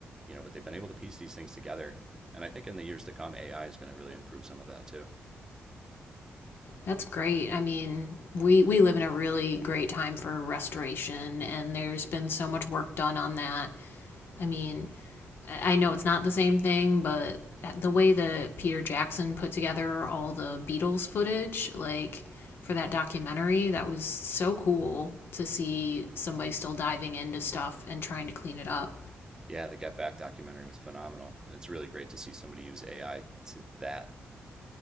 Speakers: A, on the right (about 15°); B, on the left (about 65°).
A: you know, but they've been able to piece these things together. And I think in the years to come, AI is going to really improve some of that too.
B: That's great. I mean, we we live in a really great time for restoration and there's been so much work done on that. I mean, I know it's not the same thing, but the way that Peter Jackson put together all the Beatles footage like for that documentary, that was so cool to see somebody still diving into stuff and trying to clean it up.
A: Yeah, the Get Back documentary was phenomenal, and it's really great to see somebody use AI to that